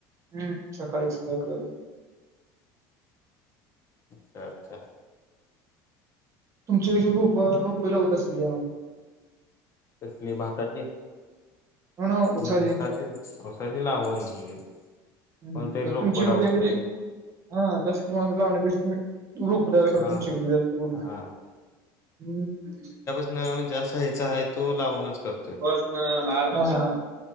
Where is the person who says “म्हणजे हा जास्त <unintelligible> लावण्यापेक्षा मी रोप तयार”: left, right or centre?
Right